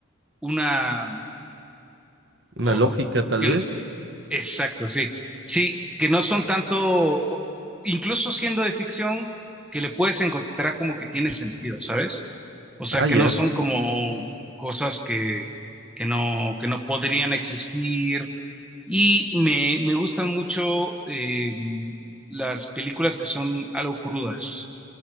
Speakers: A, in the centre; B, on the right.
A: una,
B: ¿Una
A: o-
B: lógica tal
A: que,
B: vez?
A: n- exacto, sí, sí, que no son tanto, o- incluso siendo de ficción, que le puedes encontrar como que tiene sentido, ¿sabes? O sea,
B: Ah, ya,
A: que no son como cosas que, que no, que no podrían existir. Y me, me gustan mucho eh, las películas que son algo crudas.